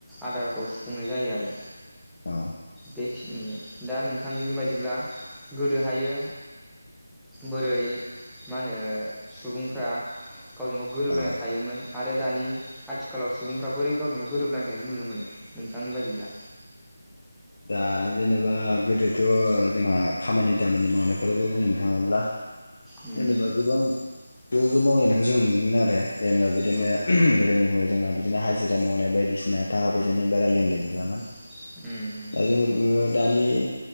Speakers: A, in the centre; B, on the left.
A: आदारखौ सुफुंनाय जायो आरो।
B: औ।
A: बेखिनि दा नोंथांनि बायदिब्ला गोदोहायो बोरै मा होनो सुबुंफ्रा गावजों गाव गोरोबलायना
B: औ
A: थायोमोन आरो दानि आथिखालाव सुबुंफ्रा बोरै गावजों गाव गोरोबलायनाय थानायखौ नुनो मोनो नोंथांनि बायदिब्ला?
B: दा जेनेबा गोदोथ जोंहा खामानि दामानि मावनायफोरबो बुंनो थाङोब्ला
A: उम
B: जेनेबा गोबां <unintelligible> ज' मावलायनायखौ जों नुयोमोन आरो जेनेबा बिदिनो
A: औ
B: गोदोनि समाव जोंहा बिदिनो हाजिर बुजा मावनाय बायदिसिना थाखा फैसानि बारा लेनदेन गैयामोन।
A: उम।
B: दा जोङो दानि